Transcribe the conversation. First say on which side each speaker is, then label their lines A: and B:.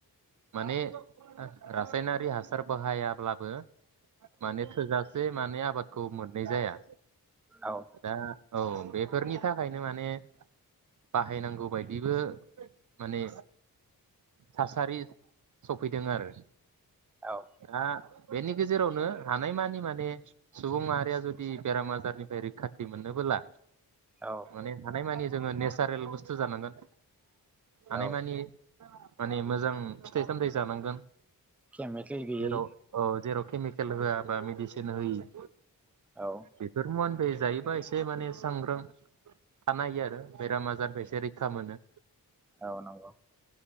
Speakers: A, on the right; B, in the centre.
A: माने रासायनारि हासार बाहायाब्लाबो माने थोजा से माने आबाद खौ मोननाय जाया
B: औ
A: दा औ बेफोरनि थाखायनो माने बाहायनांगौ बायदिबो माने थासारि स फैदों आरो
B: औ
A: आ बेनि गेजेरावनो हानायमानि माने सुबुं माहारिया जुदि बेराम आजारनिफ्राय रैखाथि मोनोबोला
B: औ
A: माने हानाय मानि जोङो नेचारेल बुस्थु जानांगोन। हानाय
B: औ
A: मानि माने मोजां फिथाइ सामथाइ जानांगोन।
B: केमिकेल गैयि
A: जेराव औ जेराव केमिकेल होआबा मेडिसन होयै
B: औ
A: बेफोर मुवा जायोबा एसे माने सांग्रां थानाय हायो आरो बेराम आजारनिबो एसे रैखा मोनो।
B: औ नंगौ